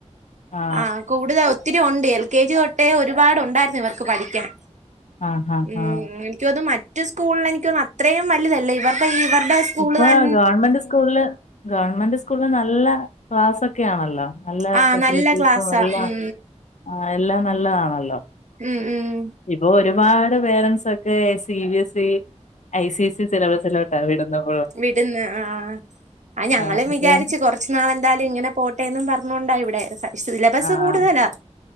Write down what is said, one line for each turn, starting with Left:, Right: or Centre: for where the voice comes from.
Left: ആ
Right: ആഹ് കൂടുത ഒത്തിരിയുണ്ട് എൽ കെ ജി തൊട്ടേ ഒരുപാടുണ്ടായിരുന്നു ഇവർക്ക് പഠിക്കാൻ
Left: ആ ആ
Right: ഉം
Left: ആ
Right: എനിക്ക്‌ തോന്നുന്നു മറ്റു സ്കൂളിൽ എനിക്ക്‌തോന്നുന്ന് അത്രയും വലുതല്ല ഇവർട ഇവർട സ്കൂൾ
Left: ഇപ്പൊ
Right: തന്
Left: ഗവൺമെന്റ് സ്കൂളില് ഗവൺമെന്റ് സ്കൂളില് നല്ല ക്ലാസ്സൊക്കെ ആണല്ലോ നല്ല
Right: ആഹ്
Left: ഫെസിലിറ്റീസും
Right: നല്ല ക്ലാസ്സാ
Left: നല്ല
Right: ഉം
Left: ആ എല്ലാം നല്ലതാണല്ലോ
Right: ഉം ഉം
Left: ഇപ്പൊ ഒരുപാട് പേരൻസ് ഒക്കെ C B S C, I C C സിലബസിലോട്ട വിടുന്നത്
Right: വിടുന്ന് ആഹ് ഞങ്ങളും
Left: ആ, അതുകൊണ്ട്
Right: വിചാരിച്ച് കൊറ ച്ച് നാള് എന്തായാലും ഇങ്ങനെ പോട്ടെ എന്നും പറഞ്ഞോണ്ടാ ഇവിടെ സിലബസ്
Left: ആഹ്
Right: കൂടുതലാ